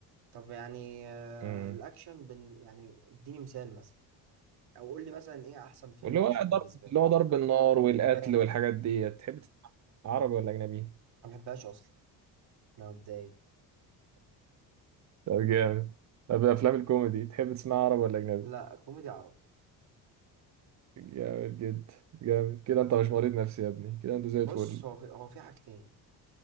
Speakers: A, on the right; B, on the right.
A: طب يعني أه
B: امم
A: الأكشن بن يعني اديني مثال مثلا أو قول لي مثلا إيه أحسن فيلم
B: واللي هو
A: أكشن بالنسبة
B: ضرب اللي
A: لك
B: هو ضرب النار والقتل
A: فاهم
B: والحاجات دي تحب تسمع عربي ولا أجنبي؟
A: أنا ما بحبهاش أصلا أنا متضايق
B: طب جامد طب أفلام الكوميدي تحب تسمع عربي ولا أجنبي؟
A: لا كوميدي عربي
B: جامد جدا جامد كده انت مش مريض نفسي يا ابني كده انت زي
A: بص
B: الفل
A: هو في هو في حاجتين